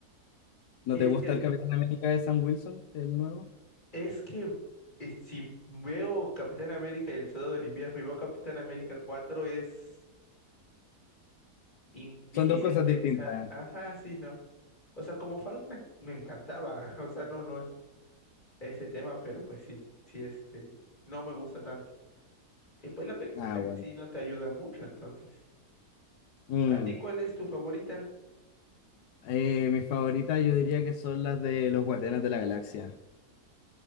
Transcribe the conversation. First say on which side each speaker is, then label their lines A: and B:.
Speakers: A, on the left (about 80°); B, on the left (about 30°).
A: ¿No
B: sí,
A: te
B: es
A: gusta
B: que
A: el Capitán América de Sam Wilson, el nuevo?
B: Es que eh, si veo Capitán América y el Soldado del Invierno y veo Capitán América cuatro es in- difícil
A: Son dos cosas
B: pensar.
A: distintas.
B: Ajá, sí, no. O sea, como Falcon es- me encantaba. <laughs> O sea, no, no es ese tema, pero pues sí, sí, este, no me gusta tanto. Y pues la película
A: Ah,
B: en
A: bueno.
B: sí no te ayuda mucho, entonces.
A: Mm.
B: ¿A ti cuál es tu favorita?
A: Eh, mis favoritas yo diría que son las de los Guardianes de la Galaxia.